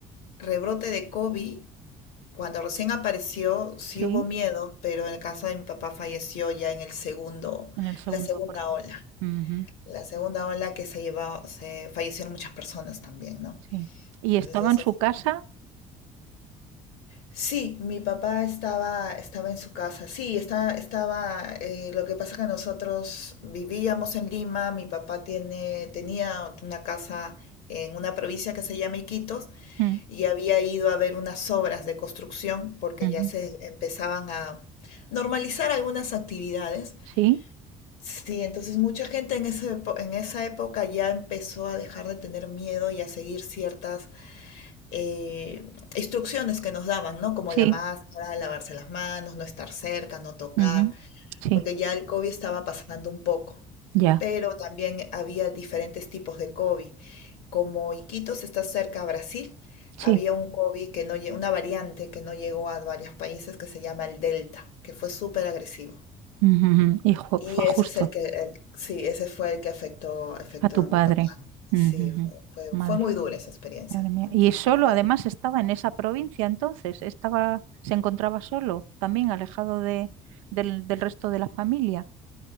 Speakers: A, on the left; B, on the right.
A: rebrote de COVID, cuando recién apareció, sí
B: Sí,
A: hubo miedo, pero en el caso de mi papá falleció ya en el segundo,
B: en el segundo
A: la segunda
B: aporte.
A: ola.
B: Ujú,
A: La segunda ola que se llevó, se fallecieron muchas personas también, ¿no?
B: Sí. ¿Y
A: Entonces
B: estaba en
A: ese
B: su casa?
A: Sí, mi papá estaba, estaba en su casa. Sí, está, estaba. eh, lo que pasa es que nosotros vivíamos en Lima. Mi papá tiene, tenía una casa en una provincia que se llama Iquitos
B: Mm,
A: y había ido a ver unas obras de construcción porque
B: ujú.
A: ya se empezaban a normalizar algunas actividades.
B: Sí,
A: Sí, entonces mucha gente en ese, epo- en esa época ya empezó a dejar de tener miedo y a seguir ciertas eh, instrucciones que nos daban, ¿no? Como
B: sí.
A: la máscara, lavarse las manos, no estar cerca, no tocar,
B: Ujú, Sí,
A: porque ya el COVID estaba pasando un poco.
B: ya,
A: Pero también había diferentes tipos de COVID. Como Iquitos está cerca a Brasil,
B: sí.
A: había un COVID que no lle- una variante que no llegó a varios países que se llama el Delta, que fue súper agresivo.
B: Ujujú, Y ju-
A: Y
B: fue
A: ese
B: justo
A: es el que, el- sí, ese fue el que afectó, afectó
B: a tu
A: a
B: padre.
A: mi papá, ¿no? Sí,
B: Ujujú,
A: fue, fue,
B: Madre,
A: fue muy dura esa experiencia,
B: madre
A: definitivamente.
B: mía. Y solo,
A: Fue
B: además, estaba en esa provincia entonces, estaba, se encontraba solo, también alejado de, del, del resto de la familia.